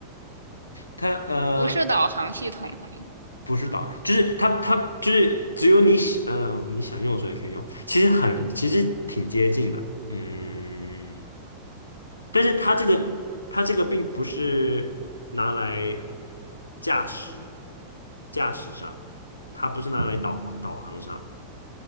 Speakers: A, on the left; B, on the right.
A: 它呃，
B: 不是导航系统哈，
A: 不是导，就是它它就是只有你喜，呃，你想用的时候也可以用，其实很其实挺接近的，嗯，但是它这个它这个并不是拿来
B: 嗯
A: 驾驶驾驶上，它不是拿来导导航上，
B: 嗯，